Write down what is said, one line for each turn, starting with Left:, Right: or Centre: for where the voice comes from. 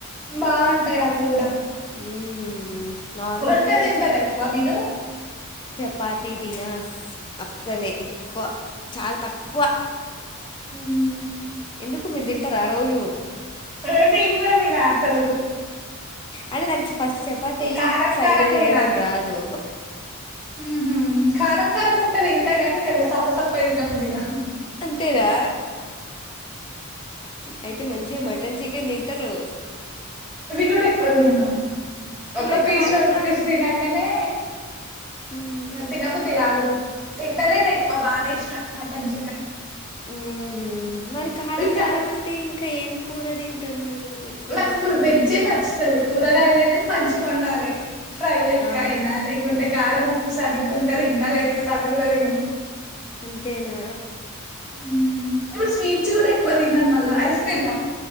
Centre: బాగుంటాయి అవి కూడా
Left: మ్మ్. నార్మల్గా
Centre: రొట్టెలు తింటారా ఎక్కువ మీరు
Left: చపాతి దిన అస్సలే ఎక్కువ చాలా తక్కువ
Centre: ఉమ్
Left: ఎందుకు మీరు తింటారా రోజు
Centre: హే నేన్గూడా తినా అసలు
Left: అంటే నాకు ఫస్ట్ చపాతి
Centre: కారం
Left: సరిగా
Centre: కారం
Left: చేయడం
Centre: ఉండాలి
Left: రాదు
Centre: ఉహు కారం కారం ఉంటే తింటా గానీ గిట్ల సప్ప సప్పగా తినబుద్దిగాదు
Left: అంతేగా అయి తే మంచిగా మటన్ చికెన్ తింటారు
Centre: అవి కూడా ఎక్కువ తినను ఒక
Left: మరి
Centre: పీస్
Left: కారం
Centre: రెండు
Left: కారం
Centre: పీస్ తినంగానే
Left: ఉహు
Centre: తినబుద్దిగదు తింటలేను ఎక్కువ మానేసినా మటన్ చికెన్
Left: ఉహు మరి కారం
Centre: ఈ కర్రీ
Left: కారం అంటే ఇంకా ఏం కూర తింటారు మీరు ఎక్కువ
Centre: నాకు
Left: ఇష్టంగా
Centre: వేజే నచ్చుతాది కూరగాయలే కానీ మంచిగా వొండాలే ఫ్రై లెక్క
Left: ఆహా
Centre: అయినా లేకుంటే కారం ఉప్పు సరిగ్గా ఉంటే తింటా లేకపోతే అవి కూడా తినను
Left: అంతేనా
Centre: హ్మ్. ఇప్పుడు స్వీట్స్ కూడా ఎక్కువ తినను మళ్ళా ఐస్ క్రీమ్ తప్